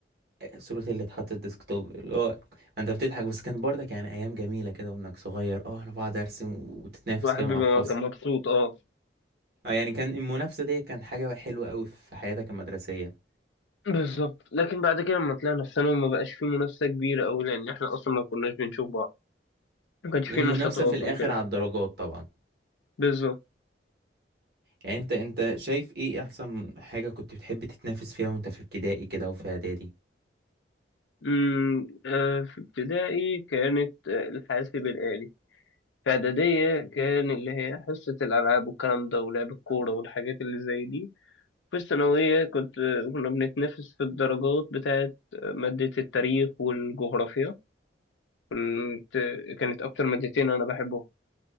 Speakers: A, on the right (about 55°); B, on the left (about 85°).
A: صورة اللي اتحطت ديسكتوب اللي هو انت بتضحك بس كان برضه يعني ايام جميلة كده وانك صغير اه انا بقعد ارسم وتتنافس
B: الواحد
A: كده
B: بيبقى
A: مع الفصل
B: كان مبسوط أه
A: اه يعني كان المنافسة دي كان حاجة حلوة قوي في حياتك المدرسية
B: بالظبط لكن بعد كده لما طلعنا في ثانوي ما بقاش في منافسة كبيرة أوي لأن إحنا أصلا ما كناش بنشوف بعض ما كانش في
A: المنافسة
B: نشاطات
A: في الاخر
B: وكده
A: على الدرجات طبعا
B: بالظبط
A: يعني انت انت شايف ايه احسن حاجة كنت بتحب تتنافس فيها وانت في ابتدائي كده وفي اعدادي
B: أمم، آه، في ابتدائي كانت آه، الحاسب الآلي في إعدادية كان اللي هي حصة الألعاب والكلام ده ولعب الكورة والحاجات اللي زي دي في الثانوية كنت آه، كنا بنتنافس في الدرجات بتاعة آه، مادة التاريخ والجغرافيا كنت آه، كانت أكتر مادتين أنا بحبهم